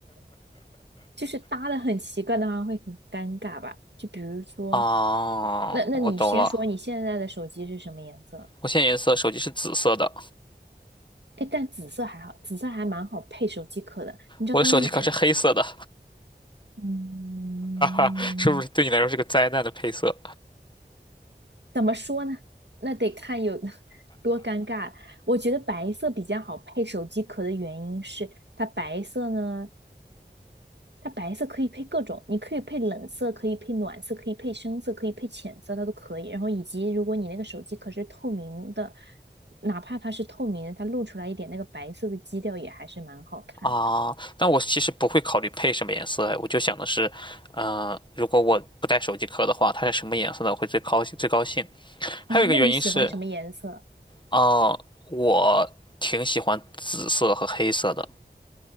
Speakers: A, on the right; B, on the left.
A: 就是搭的很奇怪的话会很尴尬吧？就比如说，
B: 啊，
A: 那那你先说你现在的手机是什么颜色？
B: 我懂了。我现在颜色手机是紫色的，
A: 哎，但紫色还好，紫色还蛮好配手机壳的。你知道他们买的
B: 我的手机壳是黑色的，
A: 嗯。
B: <laughs> 是不是对你来说是个灾难的配色
A: 怎么说呢？那得看有 <laughs> 多尴尬。我觉得白色比较好配手机壳的原因是，它白色呢，它白色可以配各种，你可以配冷色，可以配暖色，可以配深色，可以配浅色，它都可以。然后以及如果你那个手机壳是透明的，哪怕它是透明的，它露出来一点那个白色的基调也还是蛮好看的。
B: 啊？但我其实不会考虑配什么颜色，哎我就想的是，呃，如果我不带手机壳的话，它是什么颜色的我会最高兴最高兴。还有一个原因是，
A: 然后，那你喜欢什么颜色？
B: 啊，我挺喜欢紫色和黑色的，